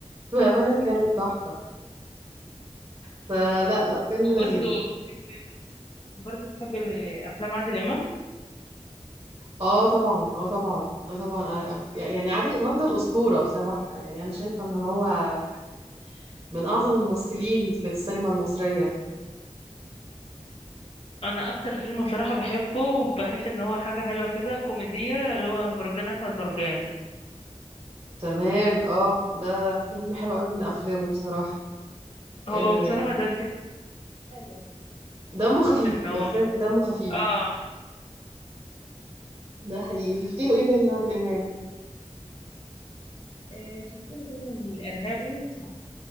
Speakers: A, on the right (about 35°); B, on the left (about 55°).
A: بأمانة كانت تحفة فلا لا فيلم
B: وبرضه
A: لذيذ
B: تحب برضه تحب افلام عادل امام
A: اه طبعا اه طبعا اه طبعا آه، أف- يعني عادل إمام ده الأسطورة بصراحة يعني أنا شايفة إن هو يعني من أعظم الممثلين في السينما المصرية
B: انا اكتر فيلم بصراحة بحبه وبحس ان هو حاجة حلوة كده كوميدية اللي هو مرجان احمد مرجان
A: تمام اه ده فيلم حلو قوي من أفلامه بصراحة
B: هو
A: آه،
B: بصراحة ده في حلو
A: دمه خفيف
B: في ان هو
A: الفيلم دمه خفيف
B: اه
A: ده حقيقي شفتي له ايه تاني يا عادل إمام
B: آه شفت له فيلم الإرهابي